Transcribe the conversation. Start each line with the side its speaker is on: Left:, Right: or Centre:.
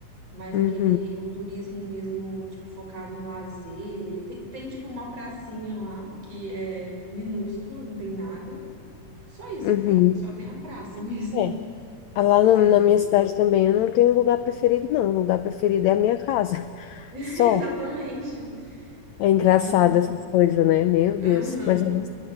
Right: mas
Left: Uhum.
Right: aquele, o turismo mesmo, tipo, focado em lazer. E Tem, tem, tipo, uma pracinha lá que é minúscula, não tem nada. Só isso
Left: Uhum.
Right: que tem, só tem a praça mesmo.
Left: É. Ah, Lá
Right: <laughs>
Left: no- na
Right: Sim.
Left: minha cidade também eu não tenho lugar preferido, não. O lugar preferido é a minha casa. <laughs>
Right: <laughs> Exatamente.
Left: Só. É engraçado
Right: É muito.
Left: essas coisas, né? Meu Deus.
Right: Aham.
Left: Mas olha só,